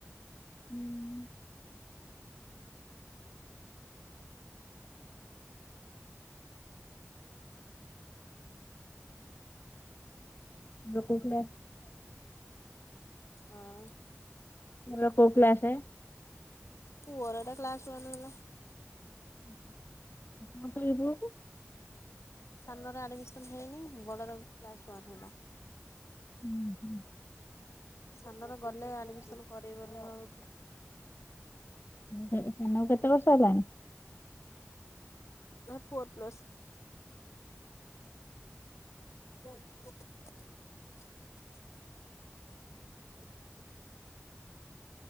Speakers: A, on the left; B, on the left.
A: ହୁଁ <unintelligible>
B: ହଁ
A: ପୁଅର କୋଉ କ୍ଲାସସେ
B: ପୁଅର ଟା କ୍ଲାସଓଣ୍ଣ ହେଲା
A: <unintelligible>
B: ସାନର ଆଡିମିସନ ହେଇନି ବଡର କ୍ଲାସ ୱନ ହେଲା
A: ହୁଁ ହୁଁ
B: ସାନରେ ଗଲେ ଆଡମିସନ କରେଇଵ ବୋଲି ଭାବୁଛି
A: ସାନ କୁକେତେ ବର୍ଷ ହେଲାଣି
B: ଆ ଫୋର ପ୍ଲସ୍ <unintelligible>